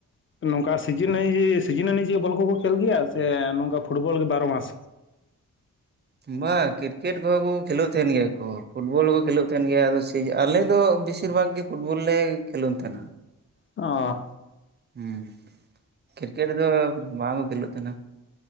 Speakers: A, on the left; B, on the right.
A: ᱱᱚᱝᱠᱟ ᱥᱤᱡᱤᱱᱟᱭᱤᱡᱤᱥᱴ ᱥᱤᱡᱤᱱ ᱚᱱᱩᱡᱟᱭᱤ ᱵᱚᱞ ᱠᱚᱠᱚ ᱠᱷᱮᱞ ᱜᱮᱭᱟ ᱥᱮ ᱱᱚᱝᱠᱟ ᱯᱷᱩᱴᱵᱚᱞ ᱜᱮ ᱵᱟᱨᱚ ᱢᱟᱥ?
B: ᱵᱟᱝ ᱠᱨᱤᱠᱮᱴ ᱠᱚᱦᱚᱸ ᱠᱚ ᱠᱷᱮᱞᱳᱜ ᱛᱟᱸᱦᱮᱱ ᱜᱮᱭᱟ ᱠᱚ ᱯᱷᱩᱴᱵᱚᱞ ᱦᱚᱸᱠᱚ ᱠᱷᱮᱞᱳᱜ ᱛᱟᱹᱦᱮᱱ ᱜᱮᱭᱟ ᱟᱫᱚ ᱟᱞᱮ ᱫᱚ ᱵᱮᱥᱤᱨ ᱵᱷᱟᱜᱽ ᱜᱮ ᱯᱷᱩᱴᱵᱚᱞ ᱞᱮ ᱠᱷᱮᱞᱳᱱ ᱛᱟᱸᱦᱮᱱᱟ᱾
A: ᱚ᱾
B: ᱦᱩᱸ, ᱠᱨᱤᱠᱮᱴ ᱫᱚ ᱵᱟᱝᱠᱚ ᱠᱷᱮᱞᱳᱜ ᱛᱟᱸᱦᱮᱱᱟ᱾